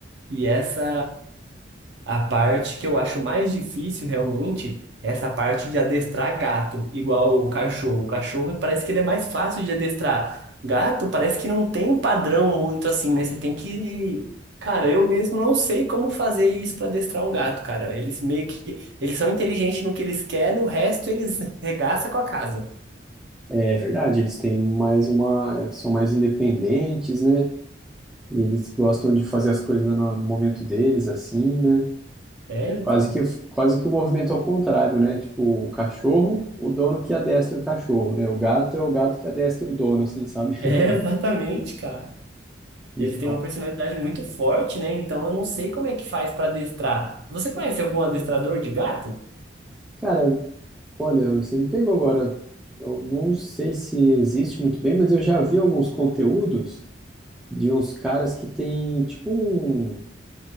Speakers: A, on the right (about 70°); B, in the centre.
A: e essa a parte que eu acho mais difícil realmente, é essa parte de adestrar gato, igual o cachorro. O cachorro parece que ele é mais fácil de adestrar. Gato parece que não tem um padrão muito assim, né? Você tem que Cara, eu mesmo não sei como fazer isso para adestrar um gato, cara. Eles meio que eles são inteligentes no que eles querem, no resto eles regaçam com a casa.
B: É verdade, eles têm mais uma, são mais independentes, né? E eles gostam de fazer as coisas no no momento deles, assim, né?
A: É,
B: É
A: então.
B: quase que, quase que o movimento ao contrário, né? Tipo, o cachorro, o dono que adestra o cachorro, né? O gato é o gato que adestra o dono, assim, sabe?
A: <laughs>
B: <laughs>
A: É, exatamente, cara.
B: Então,
A: Ele tem uma personalidade muito forte, né? Então eu não sei como é que faz pra adestrar. Você conhece algum adestrador de gato?
B: cara, olha, você me pegou agora. Eu não sei se existe muito bem, mas eu já vi alguns conteúdos de uns caras que tem, tipo, um...